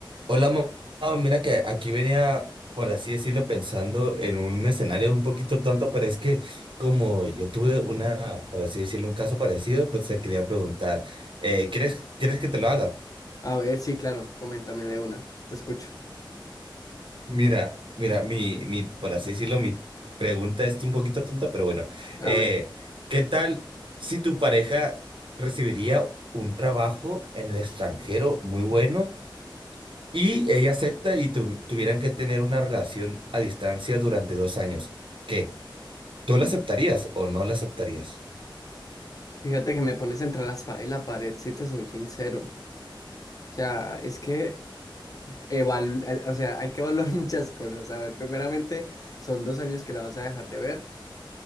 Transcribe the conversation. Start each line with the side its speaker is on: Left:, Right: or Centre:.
Right: Hola, mamá. Mira que aquí venía, por así decirlo, pensando en un escenario un poquito tonto, pero es que como yo tuve una, por así decirlo, un caso parecido, pues te quería preguntar, eh, ¿quieres, quieres que te lo haga?
Left: A ver, sí, claro, coméntame de una, te escucho.
Right: Mira, mira, mi, mi, por así decirlo, mi pregunta es un poquito tonta, pero bueno,
Left: A
Right: eh,
Left: ver,
Right: ¿qué tal si tu pareja recibiría un trabajo en el extranjero muy bueno? Y ella acepta y tu- tuvieran que tener una relación a distancia durante dos años. ¿Qué? ¿Tú la aceptarías o no la aceptarías?
Left: fíjate que me pones entre la espada y la pared, si te soy sincero. O sea, es que evalu- eh, o sea, hay que evaluar <laughs> muchas cosas. A ver, primeramente, son dos años que la vas a dejar de ver.